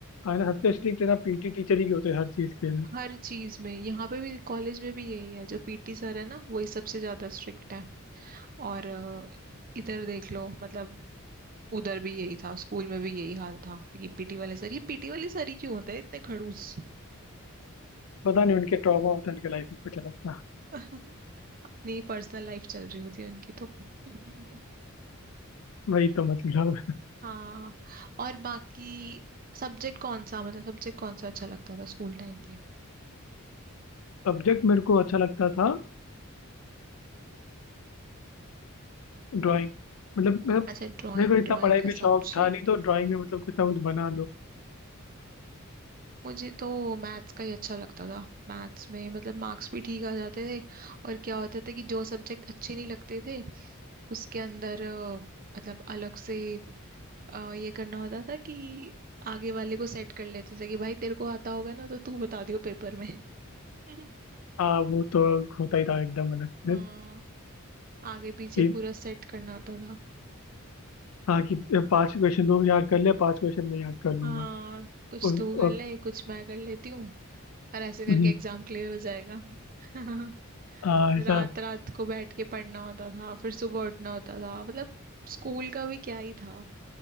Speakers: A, on the left; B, on the right.
A: हाँ ना सबसे
B: हम्म,
A: स्ट्रिक्ट है ना पीटी टीचर ही होते हैं हर चीज के लिए
B: हर चीज में यहाँ पे भी कॉलेज में भी यही है जो पीटी सर है ना वही सबसे ज्यादा स्ट्रिक्ट है और अ, इधर देख लो मतलब उधर भी यही था स्कूल में भी यही हाल था कि पीटी वाले सर ये पीटी वाले सर ही क्यों होते हैं इतने खड़ूस
A: पता नहीं उनके ट्रॉमा होता है उनके लाइफ में कुछ अलग था
B: <laughs> अपनी पर्सनल लाइफ चल रही होती है उनकी तो <laughs>
A: वही तो मतलब
B: हाँ और बाकी सब्जेक्ट कौन सा मतलब सब्जेक्ट कौन सा अच्छा लगता था स्कूल टाइम पे
A: सब्जेक्ट मेरे को अच्छा लगता था ड्राइंग मतलब मैं
B: अच्छा ड्राइंग
A: मेरे को इतना
B: ड्राइंग
A: पढ़ाई
B: का
A: में
B: सब्जेक्ट
A: शौक था नहीं तो ड्राइंग में मतलब कुछ ना कुछ बना लो
B: मुझे तो मैथ्स का ही अच्छा लगता था मैथ्स में मतलब मार्क्स भी ठीक आ जाते थे और क्या होता था कि जो सब्जेक्ट अच्छे नहीं लगते थे उसके अंदर अ, मतलब अलग से अ, ये करना होता था कि आगे वाले को सेट कर लेते थे कि भाई तेरे को आता होगा ना तो तू बता दियो पेपर में <laughs>
A: हाँ वो तो होता ही था एकदम अलग
B: हाँ
A: से
B: आगे पीछे
A: कि
B: पूरा सेट करना होता था
A: हाँ कि पांच क्वेश्चन दो याद कर ले पांच क्वेश्चन मैं याद कर लूंगा
B: हाँ कुछ
A: और,
B: तू कर
A: और
B: ले कुछ मैं कर लेती हूँ और ऐसे करके
A: हम्म,
B: एग्जाम क्लियर हो जाएगा <laughs>
A: हाँ, ऐसा
B: रात रात को बैठ के पढ़ना होता था फिर सुबह उठना होता था मतलब स्कूल का भी क्या ही था